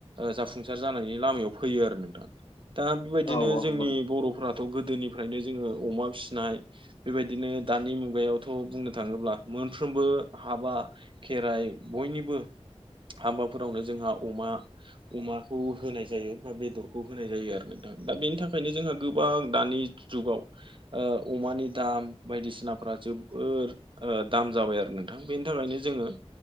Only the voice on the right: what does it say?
जाफुंसार जानायनि लामायाव फैयो आरो नोंथां। दा बेबायदिनो
जोंनि
बर'फथ' गोदोनिफ्रायनो जोङो अमा फिसिनाय बेबायदिनो दानि मुगायावथ' बुंनो थाङोब्ला मोनफ्रोमबो हाबा खेराइ बयनिबो हाबाफोरावनो जोंहा अमा अमाखौ होनाय जायो बा बेदरखौ होनाय जायो आरो नोंथां दा बेनि थाखायनो जोंहा गोबां दानि जुगाव अमानि दाम बायदिसिनाफ्रा जोबोद दाम जाबाय आरो नोंथां बेनि थाखायनो जोङो बै